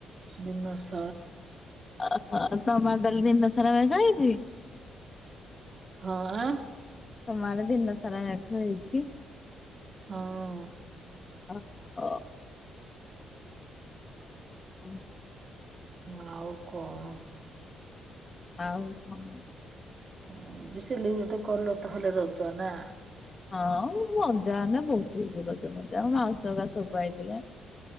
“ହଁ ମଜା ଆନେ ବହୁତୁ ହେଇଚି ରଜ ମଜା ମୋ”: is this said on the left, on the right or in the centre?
Left